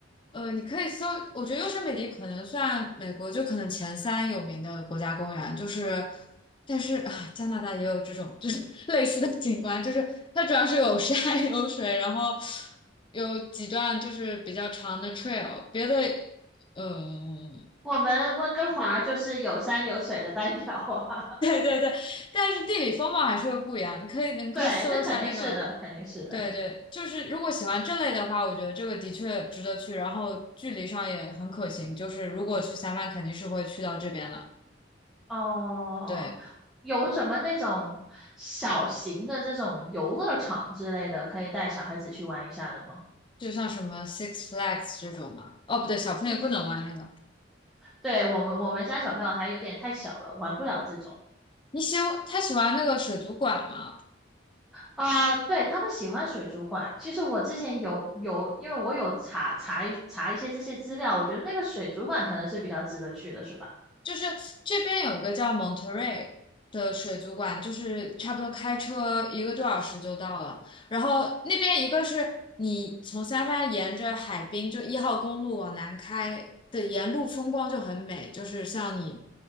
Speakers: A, on the left; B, in the centre.
A: 呃，你可以搜，我觉得优胜美地可能算美国就可能前三有名的国家公园，就是但是啊，加拿大也有这种就是 <laughs> 类似的景观，就是它主要是有山 <laughs> 有水，然后有几段就是比较长的 trail，别的嗯。呃
B: 我们温哥华就是有山有水的代表啊。
A: 对，但是地理风貌还是会不一样。你可以，
B: <laughs>
A: 你可以搜一下那个，
B: 对，这肯定是的，肯定是的。
A: 对对，就是如果喜欢这类的话，我觉得这个的确值得去，然后距离上也很可行。就是如果去三亚，肯定是会去到这边了。
B: 哦，
A: 对，
B: 有什么那种小型的这种游乐场之类的，可以带小孩子去玩一下的吗？
A: 就像什么 Six Flags 这种嘛，哦，不对，小朋友不能玩那个。
B: 嗯。对我们我们家小朋友还有点太小了，玩不了这种
A: 你喜欢他喜欢那个水族馆吗？
B: 啊、对他们喜欢水族馆，其实我之前有有，因为我有查查一查一些这些资料，我觉得那个水族馆可能是比较值得去的，是吧？
A: 就是这边有一个叫蒙特瑞的水族馆，就是差不多开车一个多小时就到了。然后那边一个是你从三藩沿着海滨，就一号公路往南开的沿路风光就很美，就是像你